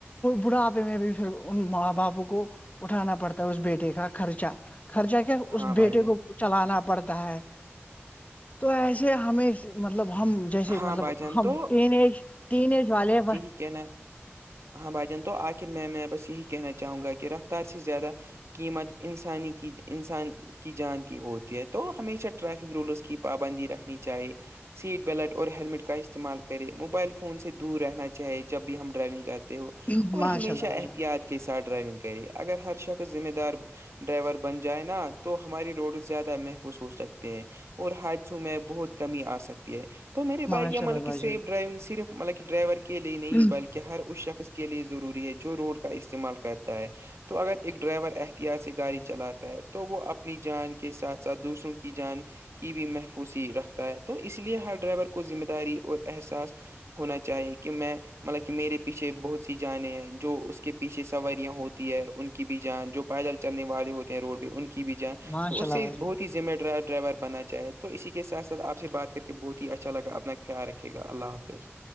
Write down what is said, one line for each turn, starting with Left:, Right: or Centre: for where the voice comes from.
Left: بڑھاپے میں بھی پھر ان ماں باپوں کو اٹھانا پڑتا ہے اس بیٹے کا خرچہ خرچہ کیا اس
Right: ہاں بھائی
Left: بیٹے
Right: جان
Left: کو چلانا پڑتا ہے تو ایسے ہمیں مطلب ہم جیسے
Right: ہاں
Left: مطلب
Right: بھائی جان
Left: ہم
Right: تو
Left: ین ایج ین ایج والے
Right: ٹھیک ن ہاں بھائی جان تو آخر میں میں بس یہی کہنا چاہوں گا کہ رفتار سے زیادہ قیمت انسانی کی انسان کی جان کی ہوتی ہے تو ہمیشہ ٹریفک رولس کی پابندی رکھنی چاہیے سیٹ بیلٹ اور ہیلمٹ کا استعمال کرے موبائل فون سے دور رہنا چاہے جب بھی ہم ڈرائیونگ کرتے ہو
Left: جان
Right: اور
Left: ماشاء
Right: ہمیشہ
Left: اللہ بھائی
Right: احتیاط
Left: جان
Right: کے ساتھ ڈرائیونگ کرے اگر ہر شخص ذمہ دار ڈرائیور بن جائے نا تو ہماری روڈ زیادہ محفوظ س ہو سکتے ہیں اور حادثوں میں بہت کمی آ سکتی ہے تو میرے بائک
Left: ماشاء
Right: یا مطلب
Left: اللہ
Right: کہ
Left: بھائی
Right: سیف ڈرائیونگ صرف مطلب کہ ڈرائیور کے لیے نہیں
Left: جان
Right: ہے بلکہ ہر اس شخص کے لیے ضروری ہے جو روڈ کا استعمال کرتا ہے تو اگر ایک ڈرائیور ایس سے گاڑی چلاتا ہے تو وہ اپنی جان کے ساتھ ساتھ دوسروں کی جان کی بھی محفوظی رکھتا ہے تو اس لیے ہر ڈرائیور کو ذمہ داری اور احساس ہونا چاہیے کہ میں مطلب کہ میرے پیچھے بہت سی جانیں ہیں جو اس کے کے پیچھے سواریاں ہوتی ہے ان کی بھی جان جو پیدل چلنے والے ہوتے ہیں روڈ ان کی بھی جاں
Left: ماشاء
Right: تو اس
Left: اللہ
Right: سے
Left: بھائی جان
Right: بہت ہی ذمہ دار ڈرائیور بنا چاہے تو اسی کے ساتھ ساتھ آپ سے بات کر کر کے بہت ہی اچھا لگا اپنا خیال رکھے گا اللہ حافظ